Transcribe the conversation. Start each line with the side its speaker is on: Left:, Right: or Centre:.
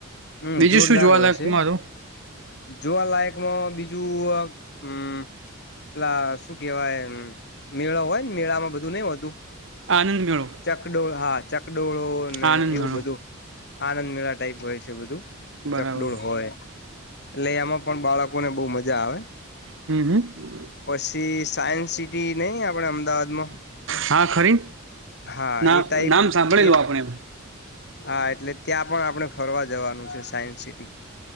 Left: હમ્મ,
Right: બીજું
Left: જોરદાર
Right: શું જોવાલાયક
Left: હોય છે.
Right: મારું
Left: જોવાલાયકમાં બીજું હમ્મ ઓલા શું કેહેવાય મેળો હોય ને મેળા માં બધું નઈ હોતું.
Right: આનંદ મેળો
Left: ચકડોળ, હા. ડોળો ને
Right: આનંદ
Left: એવું
Right: મેળો
Left: બધું. આનંદ મેળા ટાઈપ હોય છે. છે બધું
Right: બરાબર
Left: ચકડોળ હોય એટલે એમાં પણ બાળકોને બહુ મજા આવે.
Right: હમ્મ હમ્મ.
Left: પછી સાયન્સ સિટી નહી આપણે અમદાવાદમાં.
Right: હા ખરી.
Left: હા
Right: ના,
Left: એ ટાઈપ
Right: નામ સાંભળેલું
Left: એ
Right: આપણે.
Left: હા એટલે ત્યાં પણ આપણે ફરવા જવાનું છે સાયન્સ સિટી.